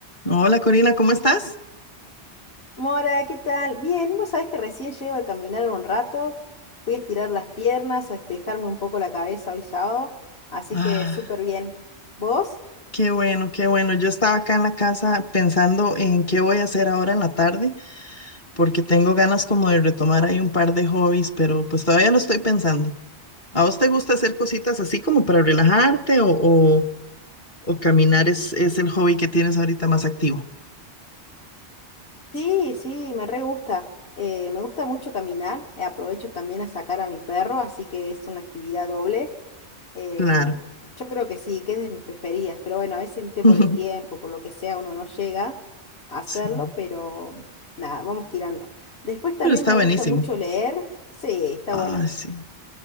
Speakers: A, on the left (about 45°); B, on the left (about 60°).
A: Hola Corina, ¿cómo estás?
B: Mora, ¿qué tal? Bien, vos sabés que recién llego de caminar un rato, fui a estirar las piernas, a despejarme un poco la cabeza hoy sábado, así
A: Ah,
B: que súper bien. ¿Vos?
A: qué bueno, qué bueno. Yo estaba acá en la casa pensando en qué voy a hacer ahora en la tarde, porque tengo ganas como de retomar ahí un par de hobbies, pero pues todavía lo estoy pensando. ¿A vos te gusta hacer cositas así como para relajarte o, o, o caminar es, es el hobby que tienes ahorita más activo?
B: Sí, sí, me re gusta. Eh, me gusta mucho caminar, eh, aprovecho también a sacar a mi perro, así que es una actividad doble. Em,
A: Claro.
B: yo creo que sí, que es de mis preferidas, pero bueno, a veces, viste,
A: <laughs>
B: por el tiempo, por lo que sea, uno no llega a hacerlo,
A: Sí,
B: pero nada, vamos tirando. Después también
A: pero está
B: me
A: buenísimo.
B: gusta mucho leer, sí, está
A: Ah,
B: bueno.
A: sí,